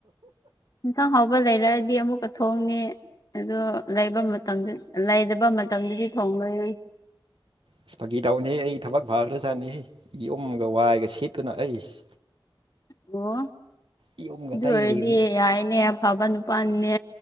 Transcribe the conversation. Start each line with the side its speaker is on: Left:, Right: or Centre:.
Left: ꯌꯦꯟꯁꯥꯡ ꯍꯥꯎꯕ ꯂꯩꯔꯑꯗꯤ ꯑꯃꯨꯛꯀ ꯊꯣꯡꯉꯦ ꯑꯣ ꯂꯩꯕ ꯃꯇꯝ ꯂꯩꯗꯕ ꯃꯇꯝꯗꯨꯗꯤ ꯊꯣꯡ ꯂꯩꯣꯏꯔꯨꯏ
Right: ꯑꯁ ꯐꯥꯒꯤ ꯇꯧꯅꯤꯍ ꯑꯩ ꯊꯕꯛ ꯐꯥꯈ꯭ꯔꯖꯥꯠꯅꯤꯍ ꯌꯨꯝꯒ ꯋꯥꯏꯒ ꯁꯦꯠꯇꯨꯅ ꯑꯩꯁ
Left: ꯑꯣ
Right: ꯌꯨꯝꯒ
Left: ꯑꯗꯨ
Right: ꯇꯩꯔꯤꯕꯅꯤ
Left: ꯑꯣꯏꯔꯗꯤ ꯌꯥꯏꯅꯦ ꯑꯐꯕ ꯅꯨꯄꯥꯅꯤꯅꯦ